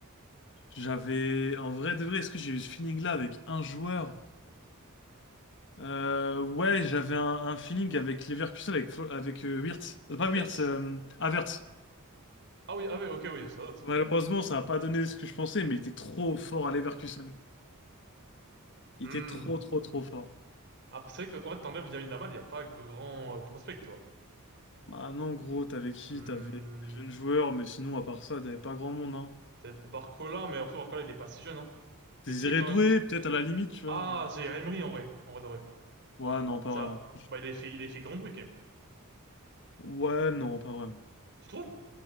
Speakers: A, on the left; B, on the right.
A: j'avais en vrai de vrai, est-ce que j'ai eu ce feeling là avec un joueur? Euh, ouais, j'avais un, un feeling avec Leverkusen avec Flo- avec euh, Wirtz, Euh, pas
B: Yes.
A: Wirtz, euh, Havertz.
B: Ah oui, ah oui, ok, oui, ça date.
A: Malheureusement, ça n'a pas donné ce que je pensais, mais il était trop fort à Leverkusen.
B: Hmm.
A: Il était trop, trop, trop fort.
B: Après, c'est vrai que en fait t'enlèves Lamine Lamal, il y a pas grand euh, prospect, tu vois.
A: Bah non, gros, t'avais qui?
B: Hmm.
A: T'avais des jeunes joueurs, mais sinon, à part ça, t'avais pas grand monde, hein.
B: Peut-être Barcola, mais après Barcola il est pas si jeune, hein. Mais
A: Désiré
B: tu sais quand
A: Doué, peut-être à la limite, tu
B: ah
A: vois. genre.
B: Zaïre Emery en vrai, en vrai de vrai.
A: Ouais, non, pas
B: Ça,
A: vraiment.
B: bah il a fait, il a fait grand bruit quand même.
A: Ouais, non, pas vraiment.
B: Tu trouves?